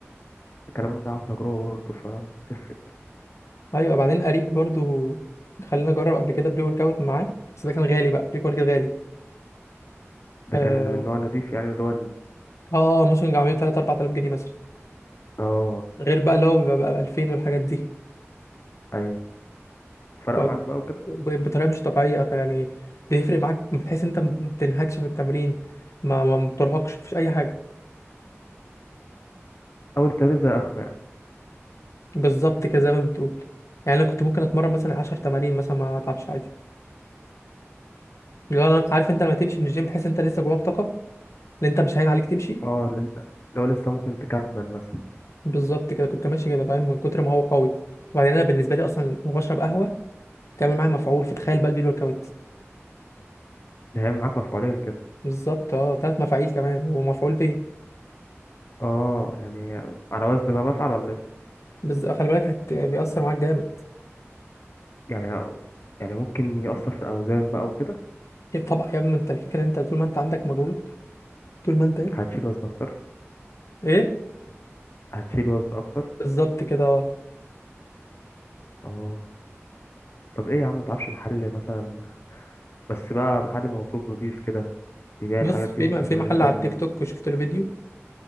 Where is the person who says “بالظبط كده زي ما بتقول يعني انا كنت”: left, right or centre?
Left